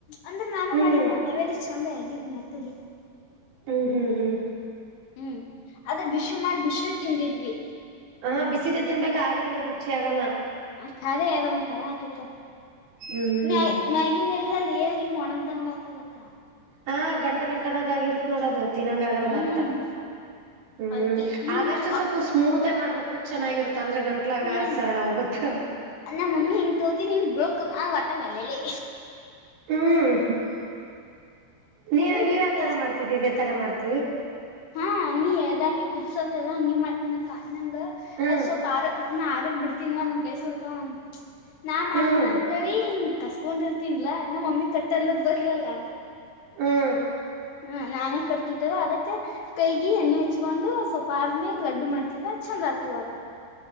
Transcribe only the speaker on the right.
ಹ್ಮ್
ಹ್ಮ್ ಹ್ಮ್ ಹ್ಮ್
ಹಾ ಬಿಸಿದ ತಿನ್ಬೇಕಕ್ ಆರಿದ್ಮೇಲೆ ರುಚಿ ಆಗಲ್ಲ
ಹ್ಮ್
ಹಾ ಗಂಟ ಗಂಟದಂಗ ಆಗಿರ್ತ್ತ ನೋಡದ ತಿನ್ನಂಗ ಆಗಲ್ಲ
ಮತ್ತ ಹ್ಮ್
ಆದಷ್ಟು ಸ್ವಲ್ಪ ಸ್ಮೂತ್ಗಿ ಮಾಡ್ಬೇಕು ಚೆನ್ನಾಗಿರುತ್ತ ಅಂದ್ರೆ ಗಂಟ್ಲಾಗ
ಸರಳ ಹೋಗುತ್ತ
ಹ್ಮ್ ನೀವು
ನೀವ್
ಯತರ ಮಾಡ್ತಿದ್ದೀ ತರ ಮಾಡ್ತ
ಹ್ಮ್
ಹ್ಮ್
ಹಾ